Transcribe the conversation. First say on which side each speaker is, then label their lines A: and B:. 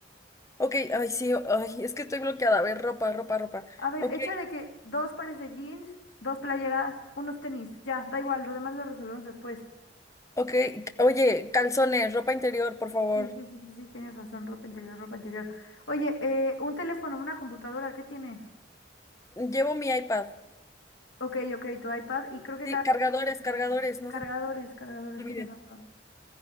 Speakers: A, on the left (about 15°); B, on the left (about 85°).
A: Ok, ay, sí, ay, es que estoy bloqueada. A ver, ropa, ropa, ropa.
B: A ver,
A: Ok,
B: echa de que dos pares de jeans, dos playeras, unos tenis, ya, da igual, lo demás lo resolvemos después.
A: ok. Oye, calzones, ropa interior, por favor.
B: Sí, sí, sí, sí, sí, tienes razón, ropa interior, ropa interior. Oye, eh, un teléfono, una computadora, ¿qué tienes?
A: Llevo mi iPad.
B: Ok, ok, tu iPad y creo que
A: Sí,
B: cada
A: cargadores,
B: quien tiene su teléfono.
A: cargadores, no
B: Cargadores,
A: se te
B: cargadores,
A: olviden.
B: tienes razón.